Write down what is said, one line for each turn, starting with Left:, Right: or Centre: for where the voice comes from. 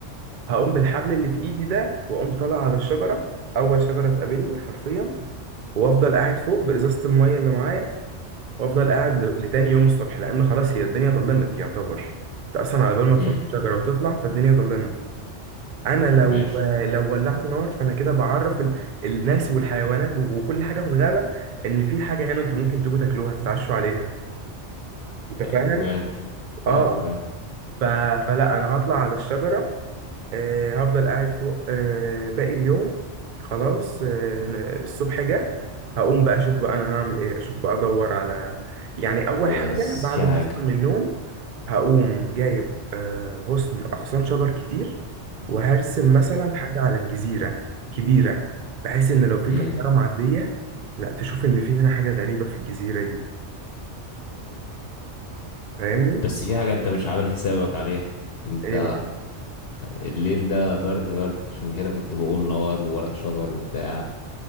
Right: هقوم بالحبل اللي في ايدي ده واقوم طالع على الشجره اول شجره تقابلني حرفيا وافضل قاعد فوق بازازه الميه اللي معايا وافضل قاعد ل- لتاني يوم الصبح لان خلاص هي الدنيا ضلمت يعتبر انت اصلا على بال ما تروح
Left: امم
Right: الشجره وتطلع فالدنيا ضلمت انا لو
Left: ماشي
Right: لو ولعت نار فانا كده بعرف ال... الناس والحيوانات و- وكل حاجه في الغابه ان في حاجه هنا انتوا ممكن تيجوا تاكلوها تتعشوا عليها انت فاهم
Left: ويل فاهمك
Right: اه
Left: اه.
Right: ف... فلا انا هطلع على الشجره آه، هفضل قاعد فوق آه، باقي اليوم خلاص آه، ن- الصبح جه هقوم بقى اشوف بقى انا هعمل ايه اشوف بقى ادور على يعني اول
Left: بس
Right: حاجه بعد
Left: في
Right: ما
Left: حاجة
Right: اصحى من النوم هقوم جايب آه، غصن اغصان شجر كتير وهرسم مثلا حاجه على الجزيره كبيره بحيث ان لو في
Left: امم
Right: طياره معديه لا تشوف ان في هنا حاجه غريبه في الجزيره دي فاهمني
Left: بس في حاجة انت مش عامل حسابك عليها انت
Right: ايه بقى
Left: الليل ده برد برد عشان كده كنت بقول نار وورق شجر وبتاع